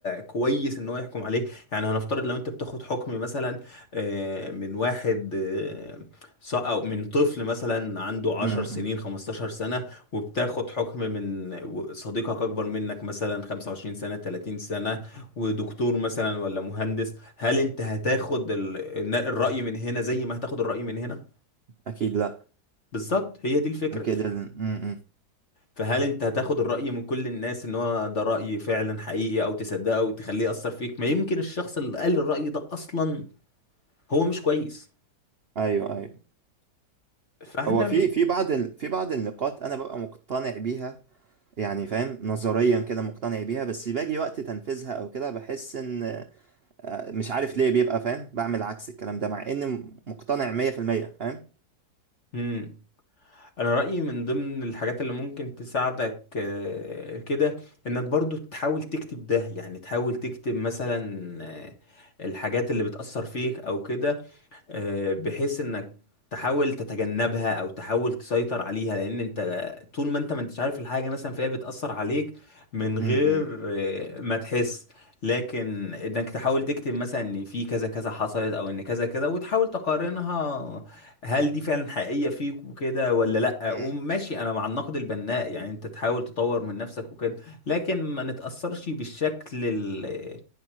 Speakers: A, on the left; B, on the right.
A: كويس ان هو يحكم عليك يعني هنفترض لو انت بتاخد حكم مثلا آه، من واحد آه، ص- أو من طفل مثلا عنده 10
B: امم
A: سنين 15 سنة وبتاخد حكم من و- صديقك أكبر منك مثلا 25 سنة 30 سنة ودكتور مثلا ولا مهندس هل أنت هتاخد ال- الن- الرأي من هنا زي ما هتاخد الرأي من هنا؟
B: اكيد لا
A: بالظبط هي دي الفكرة
B: اكيد امم
A: فهل أنت هتاخد الرأي من كل الناس إن هو ده رأي فعلا حقيقي أو تصدقه وتخليه يأثر فيك؟ ما يمكن الشخص اللي قال الرأي ده أصلا هو مش كويس
B: ايوه ايوه
A: فاحنا
B: هو في في بعض ال... في بعض النقاط انا ببقى مقتنع بيها يعني فاهم نظريا كده مقتنع بيها بس باجي وقت تنفيذها او كده بحس ان آه، مش عارف ليه بيبقى فاهم بعمل عكس الكلام ده مع اني مقتنع 100% فاهم
A: مم. انا رايي من ضمن الحاجات اللي ممكن تساعدك آه، كده انك برضو تحاول تكتب ده يعني تحاول تكتب مثلا آه، الحاجات اللي بتاثر فيك او كده آه، بحيث انك تحاول تتجنبها او تحاول تسيطر عليها لان انت طول ما انت ما انتش عارف الحاجه مثلا فهي بتاثر عليك من
B: امم
A: غير آه، ما تحس لكن انك تحاول تكتب مثلا ان في كذا كذا حصلت او ان كذا كذا وتحاول تقارنها هل دي فعلا حقيقيه فيك وكده ولا لا
B: ايوه
A: وماشي انا مع النقد البناء يعني انت تحاول تطور من نفسك وكده لكن ما نتاثرش بالشكل ال-